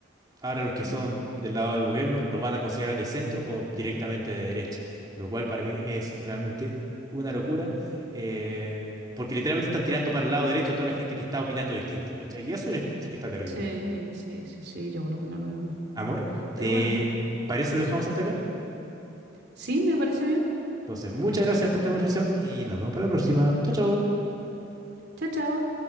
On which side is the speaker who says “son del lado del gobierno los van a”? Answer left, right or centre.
Right